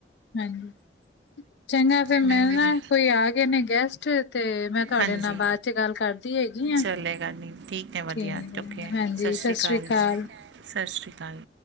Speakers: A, on the left (about 70°); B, on the right (about 75°).
A: ਹਾਂਜੀ ਚੰਗਾ ਫੇਰ ਮੈਂ
B: ਨਹੀਂ ਵੀਰੇ
A: ਨਾ ਕੋਈ ਆ ਗਏ ਨੇ ਗੈਸਟ ਤੇ-ਤੇ ਮੈਂ ਤੁਹਾਡੇ
B: ਹਾਂਜੀ
A: ਨਾਲ ਬਾਅਦ ਚ ਗੱਲ ਕਰਦੀ ਹੈਗੀ ਆ।
B: ਚੱਲੇਗਾ ਨਹੀਂ ਠੀਕ ਹੈ ਵਧੀਆ
A: ਕਿਵੇ ਫੇਰ,
B: ਓਕੇ
A: ਹਾਂਜੀ
B: ਸ਼੍ਰੀ
A: ਸਤਿ ਸ੍ਰੀ ਅਕਾਲ।
B: ਜੀ ਸਤਿ ਸ਼੍ਰੀ ਅਕਾਲ।